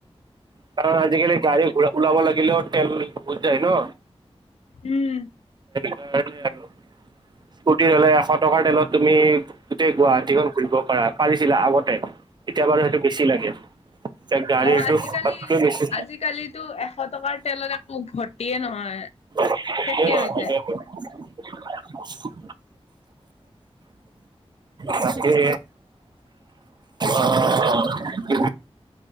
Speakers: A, on the right (about 45°); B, on the left (about 75°).
A: কাৰণ আজিকালি গাড়ী ঘ ওলাব লাগিলেও তেেল বুত যায় ন
B: উম
A: আৰু ফ্তি হলে এশ টকাৰ তেলত তুমি গোটেই গুৱাহাটীখন ঘুৰিব পাৰা পাৰিছিলা আগতে এতিয়া বাৰু সেইটো বেছি লাগে এতিয়া গাড়ীৰটো
B: আ অ আজিকালি
A: তাতকৈ বেছি
B: আজিকালিতো এশ টকাৰ তেলত একৌ উভতিয়ে নহয়
A: ন
B: শেষে হৈ যায়
A: মাকে অ কি